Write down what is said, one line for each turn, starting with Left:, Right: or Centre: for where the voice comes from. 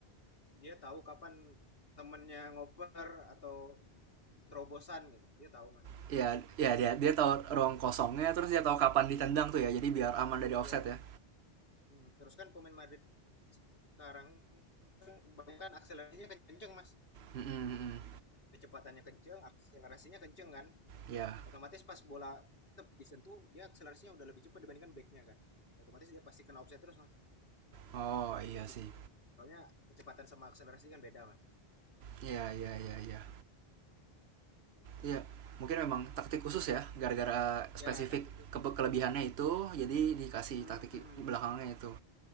Left: dia tahu kapan temennya ngoper atau terobosan gitu dia tahu mas
Right: ya ya dia dia tahu ruang kosongnya terus dia tahu kapan ditendang
Left: Hmm.
Right: tuh ya jadi biar aman dari offset
Left: ya
Right: ya
Left: hmm. terus kan pemain Madrid sekarang kan kebanyakan akselerasinya kenceng mas
Right: Mm-mm,
Left: kecepatannya kenceng akselerasinya kenceng kan
Right: ya
Left: otomatis pas bola tetap disentuh dia akselerasinya udah lebih cepat dibandingkan backnya kan otomatis dia pasti kena offset terus mas
Right: oh
Left: biasanya
Right: iya sih
Left: gitu soalnya kecepatan sama akselerasi kan beda mas
Right: ya ya ya ya
Left: Gitu.
Right: Iya, mungkin memang taktik khusus ya, gara-gara spesifik
Left: Ya, taktik khusus.
Right: ke kelebihannya itu, jadi dikasih
Left: Hmm.
Right: taktik belakangnya itu.